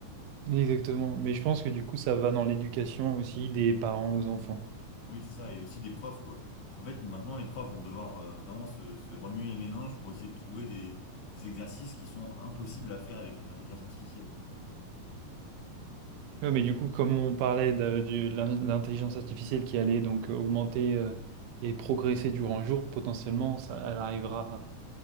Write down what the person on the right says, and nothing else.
Exactement, mais je pense que du coup ça va dans l'éducation aussi des parents aux enfants.
Ouais, mais du coup comme on parlait de, de l'in- l'intelligence artificielle qui allait donc euh, augmenter euh, et progresser durant le jour, potentiellement ça, elle arrivera